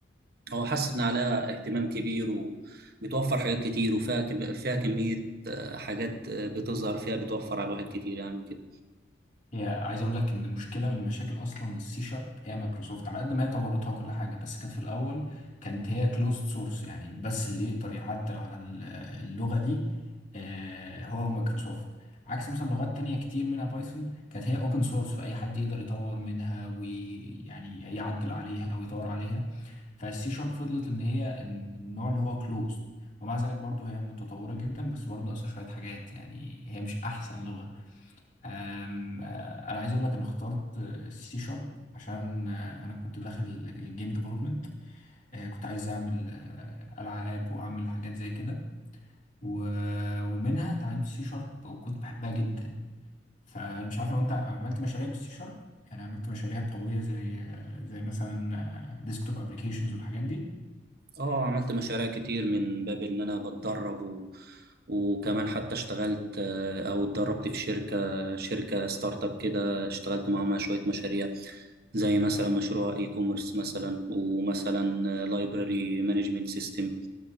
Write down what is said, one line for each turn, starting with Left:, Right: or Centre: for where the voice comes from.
Right: هو حاسس ان عليها اهتمام كبير وبتوفر حاجات كتير وفيها كم- فيها كمية آه، حاجات آه، بتظهر فيها بتوفر على الواحد كتير يعني وكده
Left: هي عايز اقول لك ان مشكله من مشاكل اصلا السي شارب هي مايكروسوفت على قد ما هي طورتها وكل حاجه بس كانت في الاول كانت هي كلوزد سورس يعني بس اللي يقدر يعدل على ال- اللغه دي آه، هو مايكروسوفت عكس مثلا لغات تانية كتير منها بايثون كانت هي اوبن سورس فاي حد يقدر يطور منها ويعني يعدل عليها ويطور عليها فالسي شارب فضلت ان هي الن- النوع اللي هو كلوزد ومع ذلك برضه هي متطوره جدا بس برضه ناقصها شويه حاجات يعني هي مش احسن لغه أم، آه، انا عايز اقول لك انا اخترت سي شارب عشان آه، انا كنت داخل الجيم ديفلوبمنت كنت عايز اعمل آه، العاب واعمل حاجات زي كده و- ومنها اتعلمت سي شارب وكنت بحبها جدا فانا مش عارف لو انت عملت مشاريع بالسي شارب يعني عملت مشاريع قوية زي آه، زي مثلا ديسكتوب ابلكيشنز والحاجات دي
Right: اه عملت مشاريع كتير من باب ان انا بتدرب و... وكمان حتى اشتغلت آه، او اتدربت في شركة شركة ستارت اب كده اشتغلت معاهم على شوية مشاريع زي مثلا مشروع اي كوميرس مثلا ومثلا لايبراري مانجمنت سيستم